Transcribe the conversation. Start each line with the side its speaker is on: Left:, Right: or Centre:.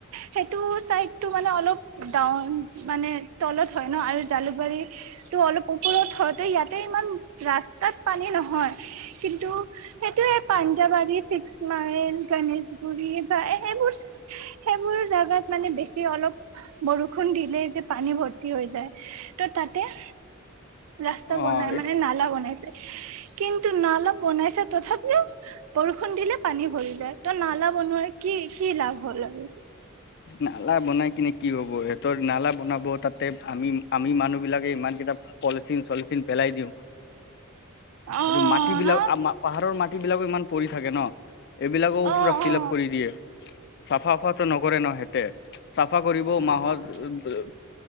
Right: সেই টু চাই টো মানে অলপ ডাওন মানে তলত হয় ন আৰু জালুকবাৰী ত অলপ ওপৰত হওতে ইয়াতে ইমান ৰাস্তাত পানী নহয় কিন্তু সেইটে পাঞ্জাৱাৰী ছিক্স মাইল গণেশগুৰি বা সেইবোৰ সেইবোৰ জেগাত মানে বেছি অলপ বৰষুণ দিলেই যে পানী ভৰ্তি হৈ যায় ত' তাতে ৰাস্তা
Left: অ',
Right: বনাই মানে নালা বনাইছে কিন্তু নালা বনাইছে তথাপিও বৰষুণ দিলে। পানী ভৰি যায় ত নালা বনোৱাৰ কি কি লাভ হ'ল আৰু
Left: নালা বনাই কিনে কি হব সিহতৰ নালা বনাব তাতে আমি আমি মানুহ বিলাকে ইমান কেইটা পলিথিন চলিথিন পেলাই দিওঁ।
Right: অ
Left: আৰু মাটিবিলাক
Right: ন
Left: আমা পাহাৰৰ মাটি বিলাকো ইমান পৰি থাকে ন এইবিলাকো
Right: অ
Left: পুৰা ফিল
Right: অ
Left: আপ কৰি দিয়ে চাফা চাফাটো নকৰে ন হেতে চাফা কৰিব
Right: অ
Left: মাহৰ